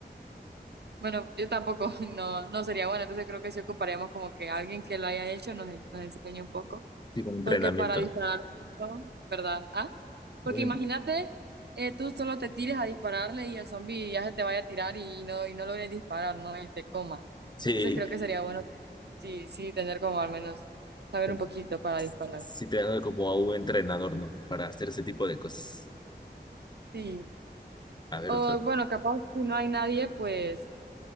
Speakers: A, on the right; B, on the left.
A: Bueno, yo tampoco, <laughs> no, no sería bueno, entonces creo que sí ocuparíamos como que alguien que lo haya hecho nos, nos enseñe un poco,
B: Sí, como un entrenamiento.
A: porque para disparar un montón, ¿verdad? Ah, porque
B: ¿no? Un-
A: imagínate, eh, tú solo te tires a dispararle y el zombie ya se te vaya a tirar y no, y no logres disparar, ¿no? Y te coma.
B: Sí,
A: Entonces creo que sería bueno, sí, sí, tener como al menos saber
B: un-
A: un poquito para disparar.
B: sí, tener como a un entrenador, ¿no? Para hacer ese tipo de cosas.
A: Sí.
B: A ver,
A: O
B: otro.
A: bueno, capaz si no hay nadie, pues